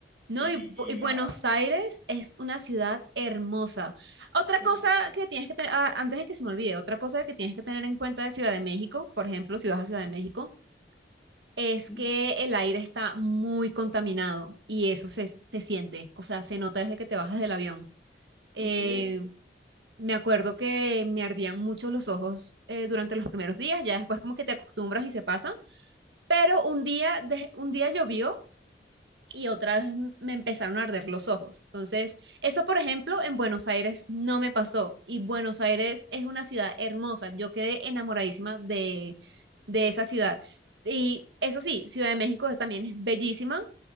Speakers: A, on the right; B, on the left.
A: No,
B: y,
A: y, Bu- y
B: y
A: Buenos
B: nada,
A: Aires es una ciudad hermosa. Otra
B: hermoso.
A: cosa que tienes que tener, ah, antes de que se me olvide, otra cosa que tienes que tener en cuenta de Ciudad de México, por ejemplo, si vas a Ciudad de México, es
B: Ujú.
A: que el aire está muy contaminado y eso se, se siente, o sea, se nota desde que te bajas del avión. Eh,
B: Ok,
A: me acuerdo que me ardían mucho los ojos eh, durante los primeros días, ya después como que te acostumbras y se pasa, pero un día, de- un día llovió y otra vez me empezaron a arder los ojos. Entonces, eso, por ejemplo, en Buenos Aires no me pasó. Y Buenos Aires es una ciudad hermosa. Yo quedé enamoradísima de, de esa ciudad. Y eso sí, Ciudad de México es- también es bellísima,